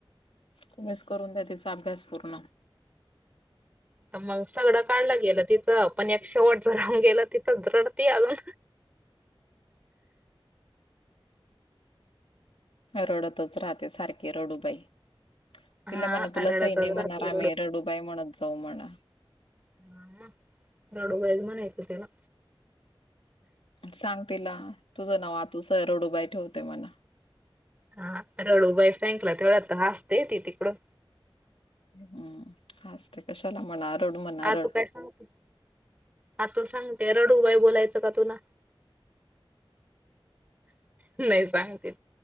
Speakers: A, on the left (about 80°); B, on the right (about 15°).
A: तुमहीच करून द्या तीचा अभ्यास पूर्ण
B: तर मग सगळं काढलं गेलं तिचं आपण एक शेवटच राऊन गेलं तिथंच रडती अजून
A: रडतच राहते सारखे रडूबाई
B: हा
A: तिला म्हणा तुला
B: रडतच
A: सई नाही म्हनार
B: राहते
A: आम्ही रडूबाई म्हणत जाऊ म्हणा.
B: हम्म हम्म रडू बाई च म्हणायच तिला.
A: सांग तिला तुझं नाव आतुस रडूबाई ठेवते मला
B: हा रडूबाई सांगितलं तेवढ आ तर हसते ती तिकडून
A: हम्म हसते कशाला म्हणा रड म्हणा रड.
B: आतू काय सांगते. आतू सांगते रडूबाई बोलायचं का तुना. नाही सांगते.